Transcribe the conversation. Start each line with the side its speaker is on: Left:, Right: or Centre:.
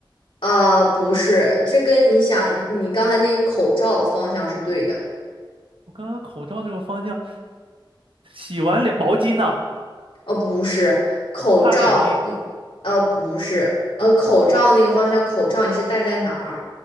Left: 啊、不是，这跟你想你刚才那个口罩的方向是对的。
Right: 我刚刚口罩这个方向，洗完脸毛巾呢，
Left: 哦，不是，口罩，
Right: 擦脸巾
Left: 嗯，哦，不是，呃，口罩那个方向，口罩你是戴在哪儿？